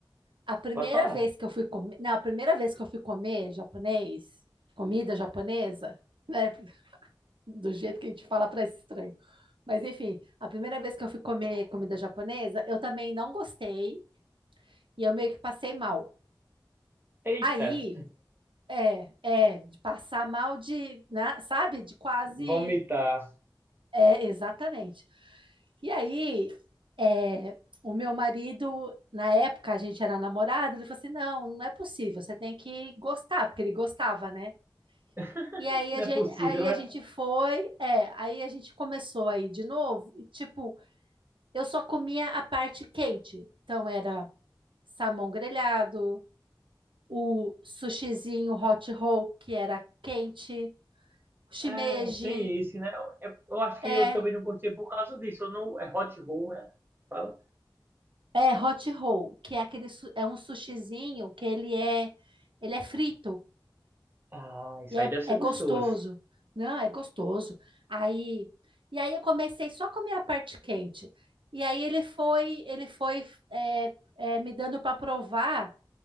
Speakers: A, on the right; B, on the right.
A: a primeira
B: Pode falar.
A: vez que eu fui comer, não, a primeira vez que eu fui comer japonês, comida japonesa, né, do jeito que a gente fala parece estranho. Mas enfim, a primeira vez que eu fui comer comida japonesa, eu também não gostei e eu meio que passei mal.
B: Eita,
A: Aí, é, é, de passar mal de, né, sabe, de quase
B: vomitar.
A: É, exatamente. E aí, é, o meu marido, na época a gente era namorado, ele falou assim: não, não é possível, você tem que gostar, porque ele gostava, né?
B: <laughs>
A: E aí
B: Não
A: a gente,
B: é possível,
A: aí a
B: é,
A: gente foi, é, aí a gente começou aí de novo, e, tipo, eu só comia a parte quente. Então era salmão grelhado, o sushizinho hot roll, que era quente, shimeji,
B: é, tem isso, né? Eu, eu acho
A: é,
B: que eu também não gostei por causa disso. Eu não, é hot roll, é. Fala.
A: É hot roll, que é aquele su- é um sushizinho que ele é ele é frito
B: Ah, isso
A: e é,
B: aí deve
A: é
B: ser
A: gostoso.
B: gostoso.
A: Não, é gostoso. Aí e aí eu comecei só a comer a parte quente. E aí ele foi ele foi é, é, me dando para provar